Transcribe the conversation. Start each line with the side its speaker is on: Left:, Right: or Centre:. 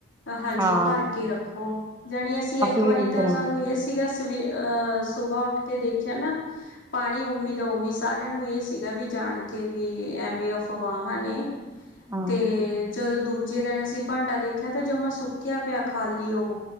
Left: ਹਾਂਜੀ
Right: ਹਾਂ
Left: ਭਰ ਕੇ ਰੱਖੋ। ਜਾਣੀ ਅਸੀਂ ਇੱਕ ਵਾਰੀ
Right: ਵੀ ਇਹੀ
Left: ਤਾਂ
Right: ਕਰਾਂ
Left: ਸਾਨੂੰ ਏਸੀ ਸੀਗਾ ਸਵੇ ਅ ਸੁਬਹ ਉੱਠ ਕੇ ਦੇਖਿਆ ਨਾ ਪਾਣੀ ਔਮੀ ਦਾ ਔਮੀ, ਸਾਰਿਆਂ ਨੂੰ ਏ ਸੀ ਗਾ ਵੀ ਜਾਣ ਕੇ ਵੀ ਐਵੇਂ ਅਫਵਾਹਾਂ ਨੇ
Right: ਹਾਂ
Left: ਤੇ ਜਦੋਂ ਦੂਜੇ ਦਿਨ ਅਸੀਂ ਭਾਂਡਾ ਦੇਖਿਆ ਤਾਂ ਜਮਾ ਸੁੱਕਿਆ ਪਿਆ ਖਾਲੀ ਔਹ